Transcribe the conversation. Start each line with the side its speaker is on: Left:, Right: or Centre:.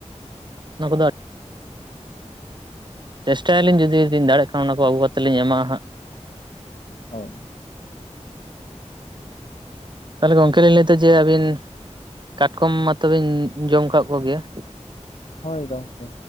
Right: ᱚᱱᱟ ᱠᱚᱫᱚ ᱟ ᱪᱮᱥᱴᱟᱭᱟᱞᱤᱧ ᱡᱩᱫᱤ ᱫᱟᱲᱮᱜ ᱠᱷᱟᱱ ᱚᱱᱟ ᱠᱚ ᱟᱹᱜᱩ ᱠᱟᱛᱮ ᱞᱤᱧ ᱮᱢᱟ ᱦᱟᱸᱜ᱾
Left: ᱦᱳᱭ
Right: ᱛᱟᱦᱚᱞᱮ ᱜᱚᱢᱠᱮ ᱞᱤᱧ ᱞᱟᱹᱭ ᱮᱫᱟ ᱡᱮ, ᱟᱹᱵᱤᱱ ᱠᱟᱴᱠᱚᱢ ᱢᱟᱛᱚᱵᱤᱱ ᱡᱚᱢ ᱠᱟᱫ ᱠᱚᱜᱮᱭᱟ?
Left: ᱦᱳᱭ ᱜᱚᱢᱠᱮ